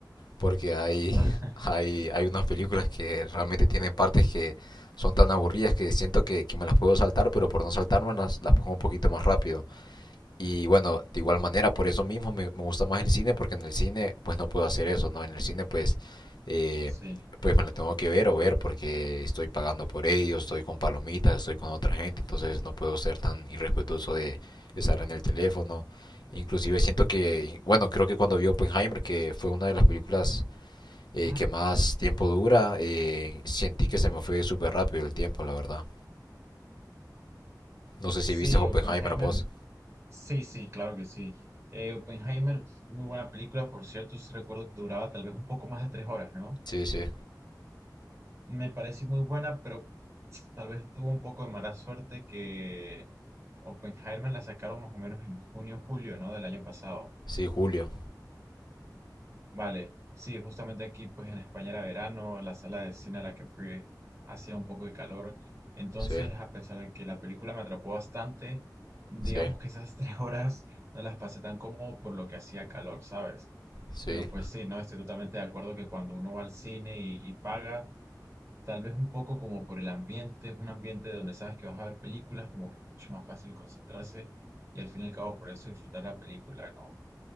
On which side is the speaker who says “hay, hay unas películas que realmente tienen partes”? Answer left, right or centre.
Left